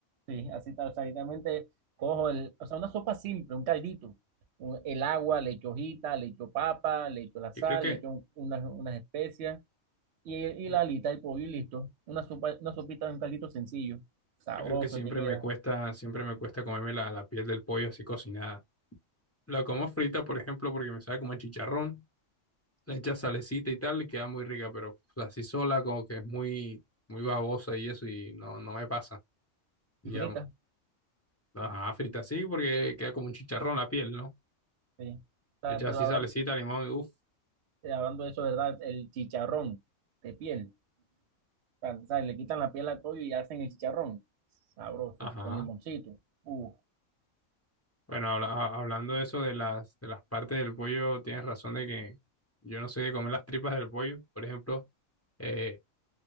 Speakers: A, on the right (about 65°); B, on the left (about 15°).
A: Sí, así tal, o sea, literalmente cojo el, o sea, una sopa simple, un caldito, un- el agua, le echo hojita, le echo papa, le echo la
B: Yo
A: sal,
B: creo que,
A: le echo un- unas, unas especias y, y
B: yo
A: la alita del pollo y listo. Una sopa, una sopita, un caldito sencillo, sabroso
B: creo que siempre
A: te queda
B: me cuesta, siempre me cuesta comerme la, la piel del pollo así cocinada. La como frita, por ejemplo, porque me sabe como a chicharrón, le echas salecita y tal, y queda muy rica, pero pues, así sola como que es muy, muy babosa y eso y no, no me pasa. Y
A: y frita,
B: ya Ajá, frita así porque queda como un chicharrón la piel, ¿no?
A: sí. O sea,
B: Hecha
A: pero
B: así
A: hablan-
B: salecita, limón y uff.
A: eh, hablando de eso, ¿verdad? El chicharrón de piel, o sea, o sea, le quitan la piel al pollo y hacen el chicharrón, sabroso,
B: Ajá.
A: con limoncito. Uf.
B: Bueno, habla- a- hablando de eso de las, de las partes del pollo, tienes razón de que yo no soy de comer las tripas del pollo. Por ejemplo, eh,